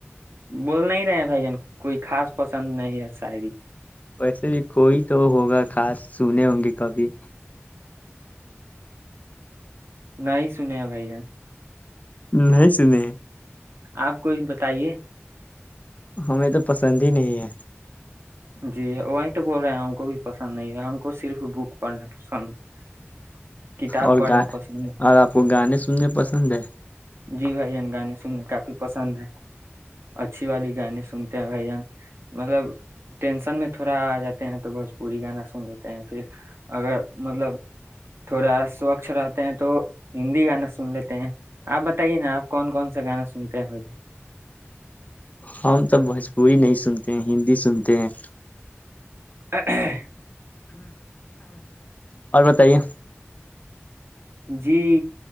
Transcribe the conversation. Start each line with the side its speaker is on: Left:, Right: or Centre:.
Right: بول نہیں رہے بھائی جان کوئی خاص پسند نہیں ہے شاعری
Left: ویسے بھی کوئی تو ہوگا خاص سنے ہوں گے کبھی
Right: نہیں سنیا بھیا
Left: ہ ہےس نہیں
Right: آپ کوئی بتائیے
Left: ہمیں تو پسند ہی نہیں ہے
Right: جی وہی تو بول رہے ہیں ہم کو بھی پسند نہیں ہے ہم کو صرف بک پڑھنا پسند ہے کتاب
Left: اور
Right: پڑھنا
Left: گ
Right: پسند ہے
Left: اور آپ کو گانے سننے پسند ہے
Right: جی بھائی جان گانے سننے کافی پسند ہے اچھی والی گانے سنتے ہیں بھائی جان مطلب ٹینسن میں تھوڑا آ جاتے ہیں تو بھوجپوری گانا سن لیتے ہیں پھر اگر مطلب تھوڑا سوچھ رہتے ہیں تو ہندی گانا سن لیتے ہیں آپ بتائیے نا آپ کون کون سا گانا سنتے ہیں بھائی
Left: ہم تو بوجپوری نہیں سنتے ہیں ہندی سنتے ہیں
Right: ا <unintelligible>
Left: اور ب <unintelligible> کہاہے
Right: جی